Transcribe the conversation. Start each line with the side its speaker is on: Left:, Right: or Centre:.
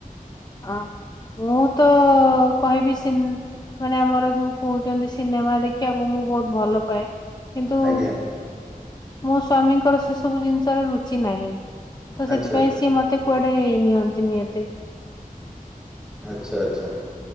Left: ଅ ମୁଁ ତ କହିବି ସି ମାନେ ଆମର ଯୋଉ କହୁଛନ୍ତି ସିନେମା ଦେଖିବାକୁ ମୁଁ ବହୁତ ଭଲ ପାଏ। କିନ୍ତୁ
Centre: ଆଜ୍ଞା
Left: ମୋ ସ୍ଵାମୀଙ୍କର ସେ ସବୁ ଜିନିଷରେ ରୁଚି ନାହିଁ। ତ
Centre: ଆଚ୍ଛା
Left: ସେଥିପାଇଁ ସିଏ ମତେ କୁଆଡେ ନେ ନିଅନ୍ତି ଏତେ।
Centre: ଆଚ୍ଛା ଆଚ୍ଛା